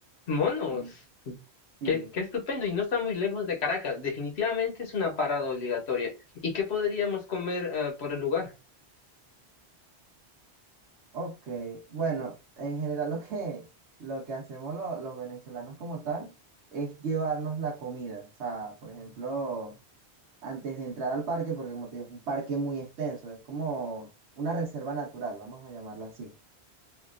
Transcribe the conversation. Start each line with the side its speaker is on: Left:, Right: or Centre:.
Left: Monos.
Right: eh, sí.
Left: Qué, qué estupendo, y no está muy lejos de Caracas. Definitivamente es una parada obligatoria. ¿Y qué podríamos comer eh, por el lugar?
Right: Ok, bueno, en general lo que, lo que hacemos lo- los venezolanos como tal es llevarnos la comida. O sea, por ejemplo, antes de entrar al parque, porque como te digo, es un parque muy extenso, es como una reserva natural, vamos a llamarla así.